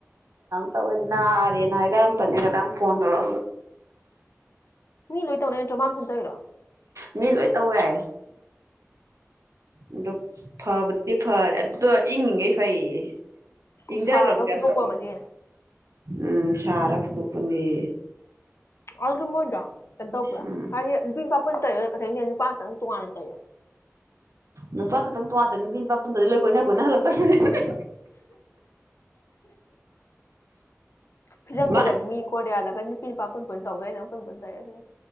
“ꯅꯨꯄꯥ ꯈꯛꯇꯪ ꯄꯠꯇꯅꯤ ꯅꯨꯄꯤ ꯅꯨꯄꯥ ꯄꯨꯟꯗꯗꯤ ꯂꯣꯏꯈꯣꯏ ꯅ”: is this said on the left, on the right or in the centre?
Right